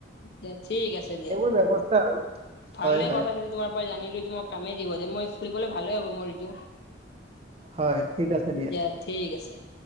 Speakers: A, on the left (about 60°); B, on the right (about 30°).
A: দে ঠিক আছে দিয়া,
B: এইবোৰ ব্যৱস্থা আৰু
A: ভালে
B: হয় হয়
A: কথাখিনি তোমাৰ পৰা জানিল টো মই কামেই দিব যে মই ফুুলিবলে ভালে হ'ব মোৰ এইটো।
B: হয় ঠিক আছে
A: দিয়া ঠিক আছে।